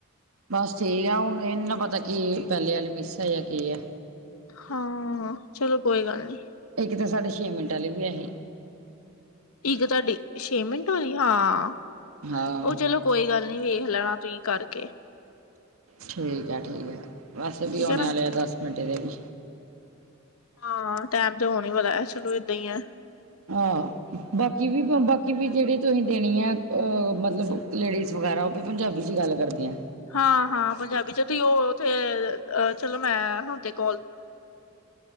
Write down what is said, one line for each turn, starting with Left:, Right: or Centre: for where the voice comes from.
Right: ਬਸ ਠੀਕ ਆ ਹੁਣ ਇਹ ਨਹੀਂ ਨਾ ਪਤਾ ਕੀ ਪਹਿਲੇ ਵਾਲੀ ਮਿਸ ਹੈ ਜਾਂ ਕੀ ਆ।
Left: ਹਾਂ ਚਲੋ ਕੋਈ ਗੱਲ ਨੀ।
Right: ਇੱਕ ਤਾਂ ਸਾਡੇ ਛੇ ਮਿੰਟ ਲਈ ਵੀ ਆਹੀ।
Left: ਇੱਕ ਤੁਹਾਡੀ ਛੇ ਮਿੰਟ ਵਾਲ਼ੀ ਹਾਂ
Right: ਹਾਂ
Left: ਉਹ ਚਲੋ। ਕੋਈ ਗੱਲ ਨਹੀਂ ਵੇਖ ਲੈਣਾ ਤੁਸੀਂ ਕਰਕੇ
Right: ਠੀਕ ਹੈ ਠੀਕ ਹੈ ਬਸ ਵੀ
Left: ਠੀਕ
Right: ਆਉਣੇ
Left: ਹੈ ਨਾ
Right: ਤੇ ਆ ਦਸ ਮਿੰਟ ਦੇ ਵੀ
Left: ਹਾਂ ਟੈਮ ਤਾਂ ਹੋਣ ਹੀ ਪਤਾ ਚਲੋ ਏਦਾਂ ਹੀ ਆ
Right: ਹਾਂ ਬਾਕੀ ਵੀ ਬਾਕੀ ਕਿ ਵੀ ਜਿਹੜੀ ਤੁਸੀਂ ਦੇਣੀ ਆ ਮਤਲਬ ਲੇਡੀਜ਼ ਵਗੈਰਾ ਉਹ ਵੀ ਪੰਜਾਬੀ 'ਚ ਹੀ ਗੱਲ ਕਰਦੀਆ ਹੈ
Left: ਹਾਂ ਹਾਂ ਪੰਜਾਬੀ ਚ ਤੁਸੀਂ ਉਹਥੇ ਚਲੋ ਮੈਂ ਹਦੇ ਕੋਲ